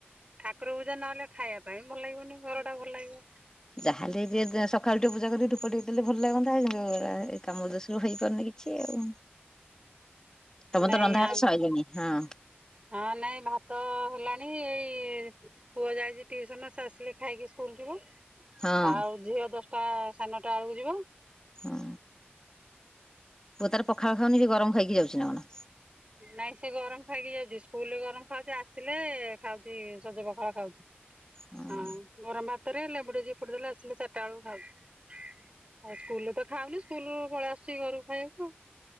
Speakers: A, on the right; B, on the left.
A: ଠାକୁର ପୂଜା ନହେଲେ, ଖାଇବା ପାଇଁ ଭଲ ଲାଗିବନି, ଘର ଟା ଭଲ ଲାଗିବନି।
B: ଯାହେଲେ ସକାଳୁ ଟିକେ ପୂଜା କରିିକି ଧୂପ ଟିକେ ଦେଲେ ଭଲ ଲାଗନ୍ତା, କାମ ଦୋସୁରୁ ହେଇପାରୁନି କି ଛି ଆଉ, ତମର
A: ନାଇଁ
B: ତ ରନ୍ଧାବଢ଼ା
A: ଆ
B: ସଇଲାଣି। ହଁ।
A: ହଁ ନାଇଁ, ଭାତ ହେଲାଣି, ଏଇ ପୁଅ ଯାଇଚି ଟିଉସନ, ସେ ଆସିଲେ ଖାଇକି ସ୍କୁଲ ଯିବ।
B: ହଁ
A: ଆଉ ଝିଅ ଦଶଟା, ସାଢେ ନଅଟା ବେଳକୁ ଯିବ।
B: ହଁ। ପୁଅ ତାର ପଖାଳ ଖାଉନିକି, ଗରମ ଖାଇକି ଯାଉଚି ନା କଣ?
A: ନାଇଁ ସେ ଗରମ ଖାଇକି ଯାଉଚି, ସ୍କୁଲ ରେ ଗରମ ଖାଉଚି, ଆସିଲେ ଖାଉଚି, ସଜ ପଖାଳ ଖାଉଚି,
B: ହଁ
A: ଆଉ ଗରମ ଭାତରେ ଲେମ୍ବୁଟେ ଚିପୁଡ଼ି ଦେଲେ ଆସିଲେ ଚାରିଟା ବେଳକୁ ଖାଉଚି, ଆଉ ସ୍କୁଲରେ ତ ଖାଉନି, ସ୍କୁଲରୁ ପଳେଇ ଆସୁଛି ଘରକୁ ଖାଇବାକୁ ଆଉ।